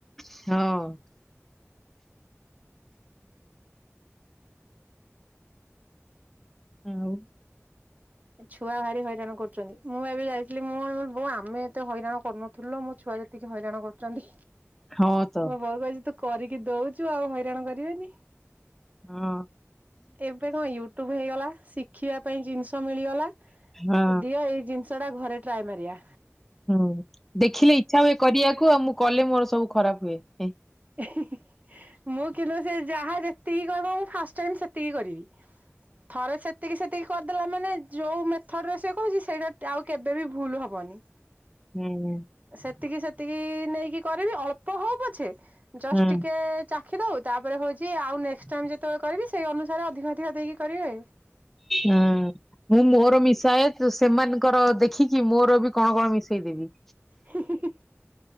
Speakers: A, in the centre; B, on the right.
A: ହଁଅଁ ଆଉ
B: ଛୁଆ ଭାରି ହଇରାଣ କରୁଚନ୍ତି ମୁଁ ଏବେ ଯାଇଥିଲି ମୁଁ ମୋର ବୋଉ ଆମେ ଏତେ ହଇରାଣ କରୁନଥିଲୁ ଲୋ ମୋ ଛୁଆ ଯେ ତିକି ହଇରାଣ କରୁଚନ୍ତି।
A: ହଁ ତ,
B: ମୋ ବୋଉ କଉଚି ତୁ କରିକି ଦଉଚୁ ଆଉ ହଇରାଣ କରିବେନି।
A: ହଁ।
B: ଏବେ କଁ ୟୁଟ୍ୟୁବ ହେଇଗଲା ଶିଖିବା ପାଇଁ ଜିନିଷ ମିଳିଗଲା
A: ହଁ,
B: ଦିଅ ଏଇ ଜିନିଷ ଟା ଘରେ ଟ୍ରାଏ ମାରିଆ।
A: ହୁଁ ଦେଖିଲେ ଇଚ୍ଛା ହୁଏ କରିଆକୁ ଆଉ ମୁଁ କଲେ ମୋର ସବୁ ଖରାପ ହୁଏ
B: ହିଁ ହିଁ ମୁଁ କିନ୍ତୁ ସେ ଯାହା ଯେତିକି କହିବ ମୁଁ ଫାଷ୍ଟ ଟାଇମ୍ ସେତିକି କରିବି। ଥରେ ସେତିକି ସେତିକି କରିଦେଲା ମାନେ ଯୋଉ ମେ ଥରରେ ସେ କହୁଚି ସେଇଟା ଟ୍ରଆଉ କେବେ ବିି ଭୁଲ ହବନି।
A: ହୁଁଉଁ
B: ସେତିକି ସେତିକି ନେଇକି କରିବି ଅଳ୍ପ ହଉ ପଛେ ଜଷ୍ଟ
A: ହଁ।
B: ଟିକେ ଚା ଖି ଦଉ ତାପରେ ହଉଚି ଆଉ ନେକ୍ସଟ ଟାଇମ ଯେତେବେଳେ କରିବି ସେଇ ଅନୁସାରେ ଅଧିକ ଅଧିକ ଦେଇକି କରିବେ।
A: ହୁଁ ଉଁ ମୁଁ ମୋର ମିଶାଏ ତ୍ ସେମାନଙ୍କର ଦେଖିକି ମୋର ବି କଣ କଣ ମିଶେଇ ଦେବି।
B: ହିଁ ହିଁ ହିଁ